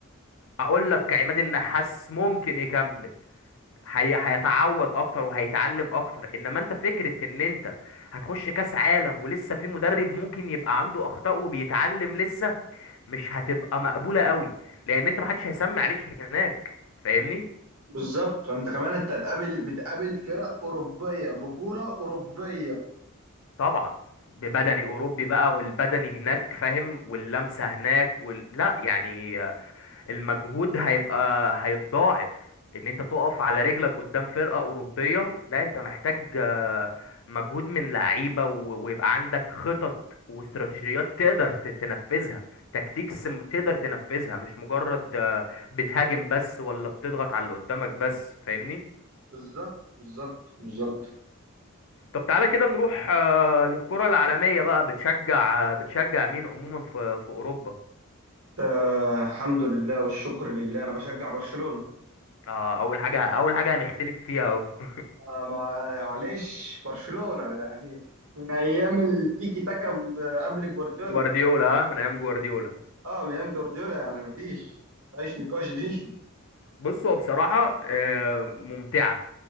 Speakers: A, on the left; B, on the right.
A: اقول لك عماد النحاس ممكن يكمل هي هيتعود اكتر وهيتعلم اكتر انما انت فكره ان انت هتخش كاس عالم ولسه في مدرب ممكن يبقى عنده اخطاء وبيتعلم لسه مش هتبقى مقبولة قوي لان انت محدش هيسمي عليك هناك فاهمني
B: بالظبط انت كمان انت هتقابل بتقابل فرق اوروبيه بكوره اوروبيه
A: طبعا ببدني اوروبي بقى والبدني هناك فاهم واللمسة هناك وال... لا يعني آه، المجهود هيبقى هيتضاعف ان انت تقف على رجلك قدام فرقة اوروبية لا انت محتاج آه، مجهود من لعيبة و... ويبقى عندك خطط واستراتيجيات تقدر ت- تنفذها تكتيكس م- تقدر تنفذها مش مجرد آه، بتهاجم بس ولا بتضغط على اللي قدامك بس فاهمني
B: بالظبط بالظبط بالظبط
A: طب تعالى كده نروح آه، للكرة العالمية بقى بتشجع آه، بتشجع مين عموما في في أوروبا
B: آه الحمد لله والشكر لله انا بشجع برشلونه
A: آه، أول حاجة أول حاجة هنختلف فيها أهو <laughs>
B: آه ما- معلش برشلونه يعني من ايام التيكي تاكا ب- قبل جوارديولا
A: جوارديولا آه، من أيام جوارديولا
B: اه من ايام جوارديولا يعني مفيش مفيش نقاش دي
A: بص هو بصراحة آه، ممتعة